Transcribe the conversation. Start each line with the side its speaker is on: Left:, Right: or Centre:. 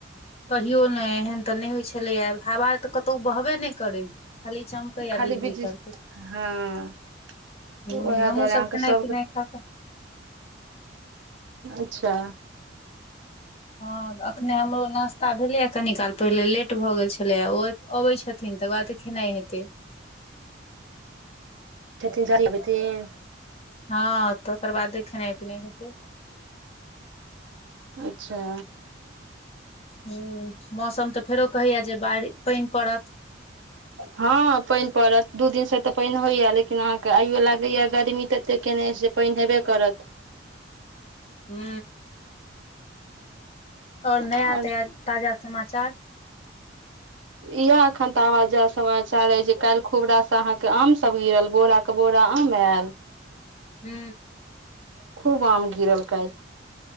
Left: कहियो ने एहन तऽ नहि होइत छलैया हवा तऽ कतहु बहबे नहि करै। खाली चमकैया
Right: खाली
Left: बिजली
Right: बिजी
Left: तड़कै
Right: हँऽ
Left: हूँ
Right: उएह
Left: हमहुँ
Right: दुआरे
Left: सब
Right: अहाँके
Left: खेनाइ
Right: सभके
Left: पिनाइ खा कऽ
Right: अच्छा
Left: हँ तऽ एखने हमरो नाश्ता भेलैए कनि काल पहिले लेट भऽ गेल छलैए ओ अबै छथिन तकर बाद खेनाइ हेतै।
Right: छथिन <unintelligible>
Left: हँ तकर बादे खेनाइ पिनाइ हेतै।
Right: अच्छा
Left: हू मौसम तऽ फेरो कहैया जे बारि पानि पड़त।
Right: हँ पानि पड़त। दू दिनसँ तऽ पानि होइए लेकिन अहाँकेँ आइयो लागैए गर्मी तऽ एतेक केने से पानि हेबे करत।
Left: हू आऔर नया
Right: आओर
Left: तया ताजा समा चाल
Right: इह एखन ताजा समाचार अइ जे काल्हि खुब रासँ अहाँके आम सभ गिरल बोराके बोरा आम आयल।
Left: हू
Right: खूब आम गिरल कायल।